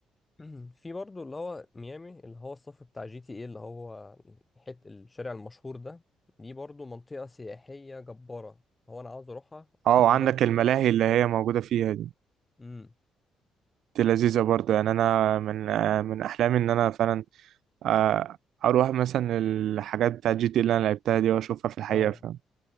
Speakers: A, on the left; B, on the right.
A: <clears throat> في برضو اللي هو ميامي اللي هو الصف بتاع جي تي ايه اللي هو حت الشارع المشهور ده دي برضو منطقة سياحية جبارة هو انا عاوز اروحها
B: اه
A: اقعد
B: وعندك
A: هناك او
B: الملاهي
A: اتمشى هناك
B: اللي
A: بس
B: هي موجودة فيها دي
A: امم
B: دي لذيذة برضه يعني انا من آه، من احلامي ان انا فعلا آه، اروح مثلا الحاجات بتاع جي تي إيه اللي انا لعبتها دي واشوفها في الحقيقة
A: اه
B: فاهم